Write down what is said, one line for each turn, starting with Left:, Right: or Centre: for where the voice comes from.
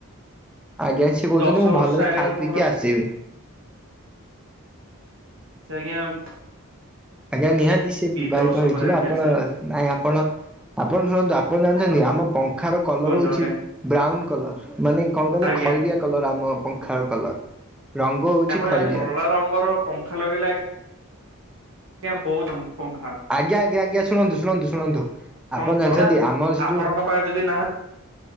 Centre: ଆଜ୍ଞା ସିଏ କହୁଛନ୍ତି
Right: ଦଶ
Centre: ମୁଁ
Right: ବର୍ଷ
Centre: ଭଲରେ
Right: ଆଇଲା
Centre: ଖାଇ
Right: ବେଳକୁ
Centre: ପିଇକି ଆସିବି।
Right: ସେ୍ଞା <inaudible>
Centre: ଆଜ୍ଞା ନିହାତି ସେ ବିବାହିତ
Right: ବର୍ଷ
Centre: ହେଇଯିବ
Right: ପରେ ଆଜ୍ଞା
Centre: ଆପଣ
Right: ସେ
Centre: ନାଇଁ ଆପଣ ଆପଣ ଶୁଣନ୍ତୁ। ଆପଣ ଜାଣିଛନ୍ତି
Right: ହଁ
Centre: ଆମ ପଙ୍ଖାର କଲର
Right: କୁହନ୍ତୁ
Centre: ହଉଛି
Right: ଆଜ୍ଞା
Centre: ବ୍ରାଉନ କଲର୍। ମାନେ କଣ କହିଲେ
Right: ଆଜ୍ଞା
Centre: ଖଇରିଆ କଲର ଆମ ପଙ୍ଖାର କଲର ରଙ୍ଗ। ହଉଛି
Right: ତାପରେ
Centre: ଖଇରିଆ।
Right: ଜାଣିଛନ୍ତି କଳା ରଙ୍ଗର ପଙ୍ଖା ଲଗେଇଲେ। ଆଜ୍ଞା ବହୁତ ପଂଖା।
Centre: ଆଜ୍ଞା ଆଜ୍ଞା ଆଜ୍ଞା ଶୁଣନ୍ତୁ ଶୁଣନ୍ତୁ ଶୁଣନ୍ତୁ
Right: ଆପଣଙ୍କ
Centre: ଆପଣ
Right: ଘରଟା
Centre: ଜାଣିଛନ୍ତି ଆମର ସେ
Right: ଆପଣଙ୍କ
Centre: ଯୋଉ।
Right: ଯଦି ନାହା <unintelligible>